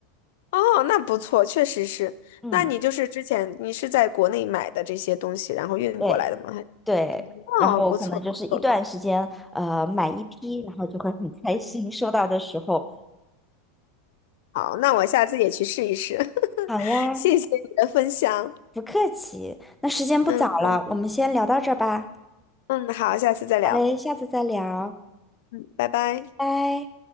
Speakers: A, on the left; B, in the centre.
A: 哦，那不错，确实是。
B: 嗯，
A: 那你就是之前你是在国内买的这些东西，然后运过来的吗？
B: 对。对，
A: 哦，
B: 然后我可能就是一段时间，
A: 不错不错，
B: 呃，买一批，然后就会很开心。收到的时候，
A: 好，那我下次也去试一试。<laughs>
B: 好呀，
A: 谢谢你的分享，
B: 不客气。那时间不早了，
A: 嗯
B: 我们先聊到这儿吧。
A: 嗯，好，下次再聊，
B: 好嘞，下次再聊，
A: 嗯，拜拜。
B: 拜。